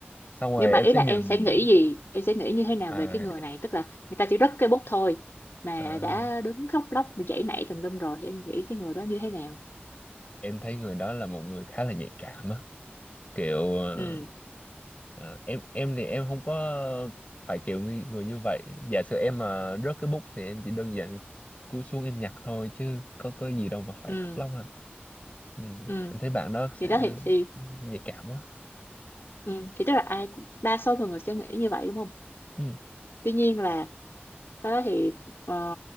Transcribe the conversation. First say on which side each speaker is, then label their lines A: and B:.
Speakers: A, on the left (about 35°); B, on the left (about 75°).
A: xong rồi
B: nhưng mà
A: em
B: ý
A: sẽ
B: là
A: nhìn
B: em sẽ nghĩ gì em sẽ nghĩ như thế nào
A: à,
B: về cái người này tức là người ta chỉ rớt cái bút thôi mà
A: à
B: đã đứng khóc lóc giãy nảy tùm lum rồi thì em nghĩ cái người đó như thế nào
A: em thấy người đó là một người khá là nhạy cảm á kiểu ờ,
B: ừ
A: ờ, em em thì em không có phải kiểu người, người như vậy giả sử em mà rớt cái bút thì em chỉ đơn giản cúi xuống em nhặt thôi chứ có có gì đâu mà phải
B: ừ
A: khóc lóc hả ừ.
B: ừ
A: em thấy bạn đó sẽ
B: thì đó thì thì
A: nhạy cảm quá
B: ừ. thì tức là ai cũng- đa số mọi người sẽ nghĩ như vậy đúng không
A: ừ.
B: tuy nhiên là sau đó thì ờ,